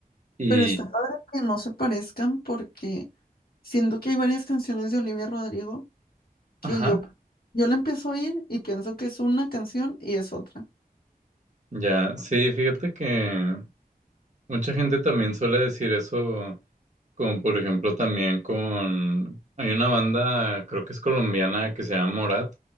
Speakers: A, on the right; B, on the left.
A: y,
B: Pero está padre que no se parezcan porque siento que hay varias canciones de Olivia Rodrigo que
A: ajá,
B: yo, yo la empiezo a oír y pienso que es una canción y es otra.
A: ya, sí, fíjate que mucha gente también suele decir eso Como por ejemplo también con, hay una banda, creo que es colombiana, que se llama Morat.